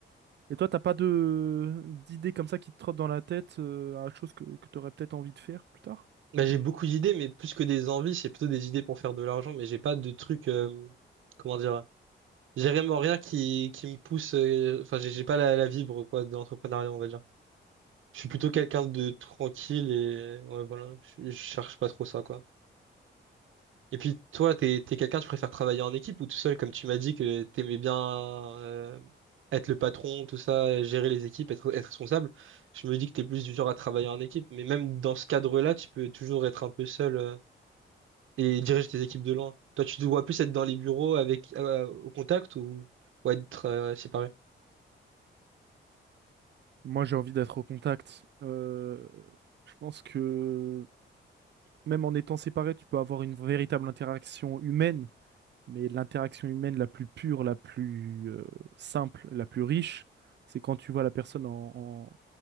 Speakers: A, on the right (about 60°); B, on the right (about 80°).
A: Et toi, t'as pas de d'idées comme ça qui te trottent dans la tête euh, à chose que, que t'aurais peut-être envie de faire plus tard?
B: Bah, j'ai beaucoup d'idées, mais plus que des envies, c'est plutôt des idées pour faire de l'argent, mais j'ai pas de truc, euh, comment dire, j'ai vraiment rien qui, qui me pousse, euh, enfin, j'ai j'ai pas la, la vibre, quoi, de l'entrepreneuriat, on va dire. Je suis plutôt quelqu'un de tranquille et, ouais, voilà, je, je cherche pas trop ça, quoi. Et puis toi, t'es t'es quelqu'un, tu préfères travailler en équipe ou tout seul, comme tu m'as dit que t'aimais bien euh, être le patron, tout ça, gérer les équipes, être, être responsable. Je me dis que t'es plus du genre à travailler
A: Mhm.
B: en équipe, mais même dans ce cadre-là, tu peux toujours être un peu seul euh, et diriger tes équipes de loin. Toi, tu te vois plus être dans les bureaux avec euh, au contact ou, ou être euh, séparé.
A: Moi, j'ai envie d'être au contact. Euh, je pense que même en étant séparé, tu peux avoir une véritable interaction humaine, mais l'interaction humaine la plus pure, la plus euh, simple, la plus riche, c'est quand tu vois la personne en, en-